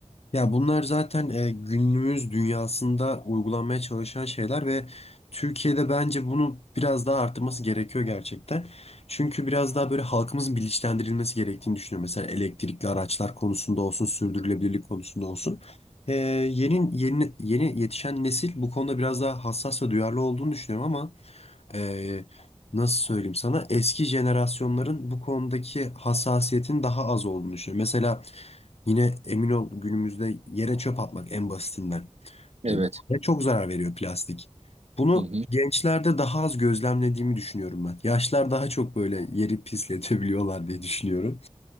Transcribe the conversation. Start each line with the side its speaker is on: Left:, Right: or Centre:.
Left: Ya bunlar zaten e, günümüz dünyasında uygulanmaya çalışan şeyler ve Türkiye'de bence bunu biraz daha arttırması gerekiyor gerçekten. Çünkü biraz daha böyle halkımızın bilinçlendirilmesi gerektiğini düşünüyorum. Mesela elektrikli araçlar konusunda olsun, sürdürülebilirlik konusunda olsun. E, yeni, yeni, yeni yetişen nesil bu konuda biraz daha hassas ve duyarlı olduğunu düşünüyorum ama e, nasıl söyleyeyim sana eski jenerasyonların bu konudaki hassasiyetin daha az olduğunu düşünüyorum. Mesela Yine emin ol günümüzde yere çöp atmak en basitinden.
Right: Evet.
Left: E, Ve çok zarar veriyor plastik. Bunu
Right: Hı hı.
Left: gençlerde daha az gözlemlediğimi düşünüyorum ben. Yaşlar daha çok böyle yeri pisletebiliyorlar diye düşünüyorum.